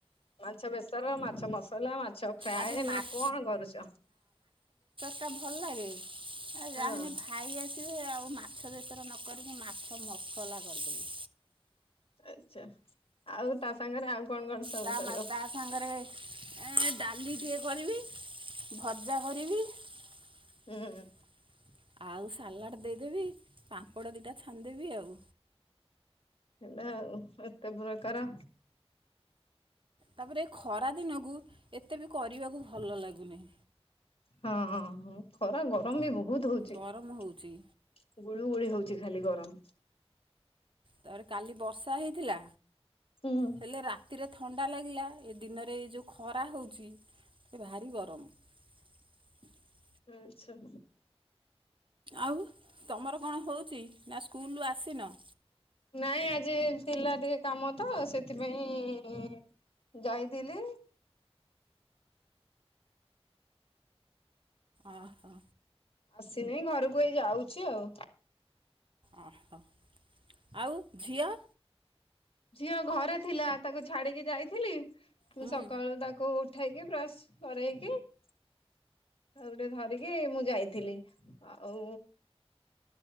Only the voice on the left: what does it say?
ମାଛ ବେସର ମାଛ ମସଲା ମା ଛ ଫ୍ରାଏ
ନା କଣ କରୁଛ?
ହଁ।
ଆଛା ଆଉ ତା ସାଙ୍ଗରେ ଆଉ କଣ କଣ ସବୁ
କରିବ?
ହୁଁ।
ହେଲା ଏତେ ପ୍ରକାର
ହଁ ଖରା ଗରମ ବି ବହୁତ ବହୁତ
ହଉଛି
ଗୁଳୁ ଗୁଳି ହଉଛି ଖାଲି ଗରମ
ହୁଁ।
ହୁଁ ଆଚ୍ଛା।
ନାଇଁ ଆଜି ଥିଲା ଟିକେ କାମ ତ ସେଥିପାଇଁ ଯାଇଥିଲି।
ଆସିନି ଘରକୁ ଏଇ ଯାଉଛି ଆଉ।
ଝିଅ ଘରେ ଥିଲା ତାକୁ ଛାଡିକି ଯାଇଥିଲି ମୁଁ
ସକାଳୁ ତାକୁ ଉ ଠେଇକି ବ୍ରସ କରରେଇକି ଆଉଟିକେ ଧରିକି ମୁଁ ଯାଇଥିଲି ଆଉ